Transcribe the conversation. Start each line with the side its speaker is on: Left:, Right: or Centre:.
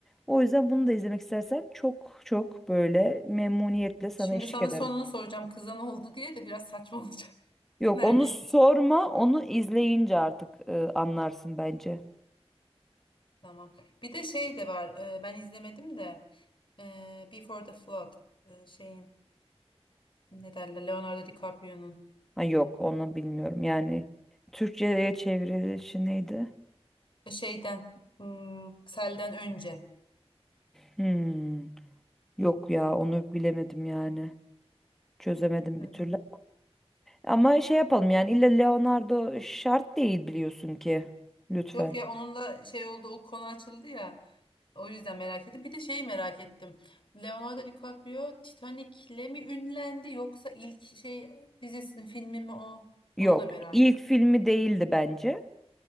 Centre: O yüzden bunu da izlemek istersen çok çok böyle memnuniyetle sana
Left: Şimdi
Centre: eşlik
Left: sana
Centre: ederim.
Left: sonunu soracağım. Kıza ne oldu diye de biraz saçma olacak. <laughs> Kız
Centre: Yok
Left: neredeydi?
Centre: onu sorma, onu izleyince artık e, anlarsın bence.
Left: Tamam. Bir de şey de var. e, Ben izlemedim de e, Before the Flood e, şeyin ne derler Leonardo DiCaprio'nun
Centre: Ha, yok onu bilmiyorum. Yani Türkçe'ye çevrilişi neydi?
Left: e, şeyden hmm, selden önce.
Centre: Hmm. Yok ya onu bilemedim yani. Çözemedim
Left: Evet.
Centre: bir türlü. Ama şey yapalım yani illa Leonardo şart değil biliyorsun ki. Lütfen.
Left: Yok ya onun da şey oldu o konu açıldı ya. O yüzden merak ettim. Bir de şeyi merak ettim. Leonardo DiCaprio Titanic'le mi ünlendi yoksa ilk şey dizisinin filmi mi o?
Centre: Yok
Left: Onu da merak
Centre: ilk
Left: ettim.
Centre: filmi değildi bence.